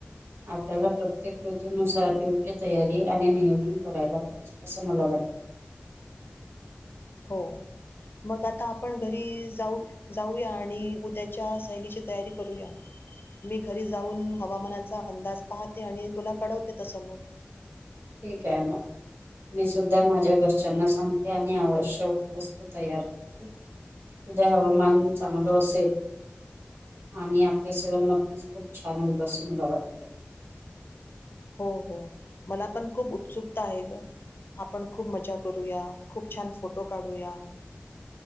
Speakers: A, on the right (about 75°); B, on the left (about 65°).
A: आपल्याला प्रत्येक ऋतनुसार योग्य तयारी आणि करायला. असं मला वाटतं.
B: हो मग आता आपण घरी जाऊ. जाऊया आणि उद्याच्या सैलीची तयारी करूया. मी घरी जाऊन हवामानाचा अंदाज पाहते आणि तुला कडवते तस मग.
A: ठीक आहे मग. मी सुद्धा माझ्या घरच्यांना सांगते आणि आवश्यक वस्तू तयार करते. उद्या हवामान चांगलं असेल. आणि आपले सहल नक्कीच खूप छान होईल अस मला वाटते.
B: हो हो मला पण खूप उत्सुकता आहे ग. आपण खूप मजा करूया खूप छान फोटो काढूया.